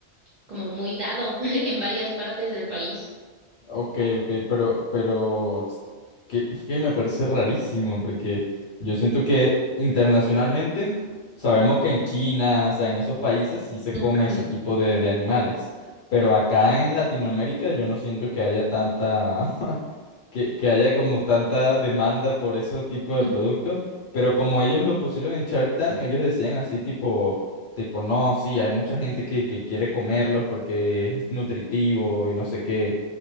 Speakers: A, on the right; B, on the left.
A: como muy dado <laughs> en varias partes del país.
B: Ok, ok, pero, pero es que, es que me parece rarísimo porque yo siento que internacionalmente sabemos que en China, o sea, en esos países sí se
A: Ujú.
B: come ese tipo de, de animales, pero acá en Latinoamérica yo no siento que haya tanta, <laughs> que, que haya como tanta demanda por ese tipo de
A: Ujú.
B: producto, pero como ellos lo pusieron en Shark Tank, ellos decían así tipo, tipo, no, sí, hay mucha gente que, que quiere comerlos porque es nutritivo y no sé qué.